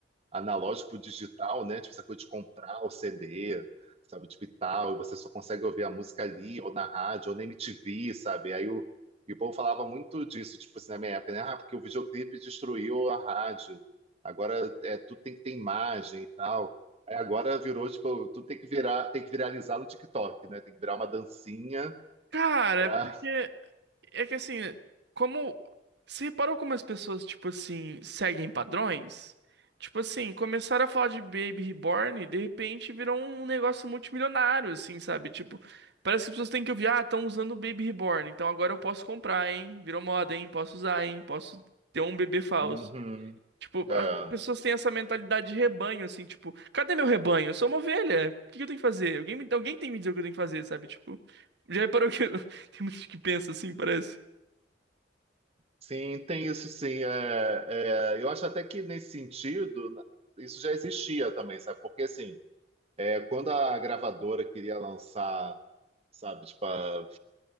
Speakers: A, on the right (about 35°); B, on the right (about 65°).
A: analógico pro digital, né? Tipo, essa coisa de comprar o CD, sabe? Tipo, e tal, e você só consegue ouvir a música ali, ou na rádio, ou na MTV, sabe? Aí o, e o povo falava muito disso, tipo assim, na minha época, né? Ah, porque o videoclipe destruiu a rádio. Agora é, tudo tem que ter imagem e tal. Aí agora virou, tipo, tudo tem que virar, tem que viralizar no TikTok, né? Tem que virar uma dancinha
B: Cara,
A: pra.
B: é porque É que assim, como. Você reparou como as pessoas, tipo assim, seguem padrões? Tipo assim, começaram a falar de Baby Reborn e de repente virou um negócio multimilionário, assim, sabe? Tipo, parece que as pessoas têm que ouvir, ah, estão usando o Baby Reborn, então agora eu posso comprar, hein? Virou moda, hein? Posso usar, hein? Posso ter um bebê falso.
A: Uhum.
B: Tipo,
A: É.
B: as pessoas têm essa mentalidade de rebanho, assim, tipo, cadê meu rebanho? Eu sou uma ovelha. O que que eu tenho que fazer? Alguém, me- alguém tem que me dizer o que eu tenho que fazer, sabe? Tipo, já reparou que <laughs> tem muita gente que pensa assim, parece?
A: Sim, tem isso sim. É, é, eu acho até que nesse sentido, na- isso já existia também, sabe? Porque assim, é, quando a gravadora queria lançar, sabe, tipo a